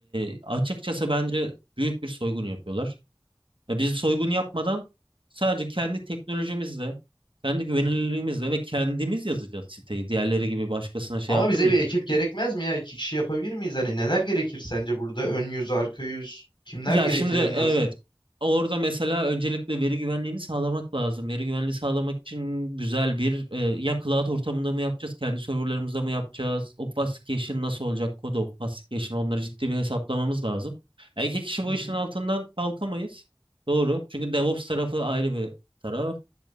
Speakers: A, on the right (about 75°); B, on the left (about 65°).
A: e, açıkçası bence büyük bir soygun yapıyorlar. Ya biz soygun yapmadan sadece kendi teknolojimizle, kendi güvenilirliğimizle
B: hı. hı.
A: ve kendimiz yazacağız siteyi. Diğerleri gibi başkasına şey
B: Ama
A: yaptırmayacağız.
B: bize bir ekip gerekmez mi ya? İki kişi yapabilir miyiz? Hani neler gerekir sence burada? Ön yüz, arka yüz, kimler
A: Ya
B: gerekir
A: şimdi
B: en
A: evet.
B: az?
A: Orada mesela öncelikle veri güvenliğini sağlamak lazım. Veri güvenliği sağlamak için güzel bir e, ya cloud ortamında mı yapacağız, kendi serverlarımızda mı yapacağız? Obfuscation nasıl olacak? Kod obfuscation onları ciddi bir hesaplamamız lazım. Ya iki kişi bu
B: Hı hı.
A: işin altından kalkamayız. Doğru. Çünkü DevOps tarafı ayrı bir taraf.